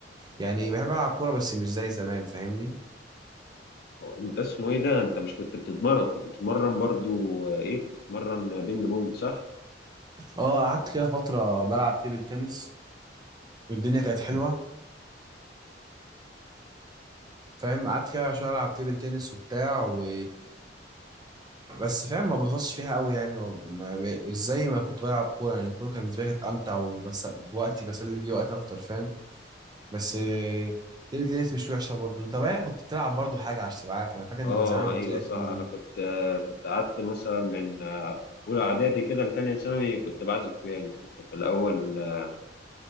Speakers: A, on the right; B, on the left.
A: يعني بحب ألعب كورة بس مش زي زمان فاهمني
B: هو انت اسمه ايه ده انت مش كنت بتتمرن كنت بتتمرن برضو آه، ايه كنت بتتمرن بينج بونج صح
A: اه قعدت كده فترة بلعب تيبل تنس والدنيا كانت حلوة فاهم قعدت كده شوية ألعب تيبل تنس وبتاع و بس فاهم ما ببسطش فيها قوي يعني ما... ما... ب... مش زي ما كنت بلعب كورة يعني الكورة كانت بالنسبة لي كانت أمتع وبس وقتي بسلي بيه وقت أكتر فاهم بس آه، تيبل تنس مش وحشة برضه أنت بقى كنت بتلعب برضه حاجة عشان تبقى عارف أنا فاكر
B: اه
A: إنك زمان
B: ايوه
A: قلت لي
B: صح
A: برضه
B: انا
A: أنت
B: كنت آه، كنت قعدت مثلا من آه، اولى اعدادي كده لتانية ثانوي كنت بعزف بيانو كنت في الاول آه،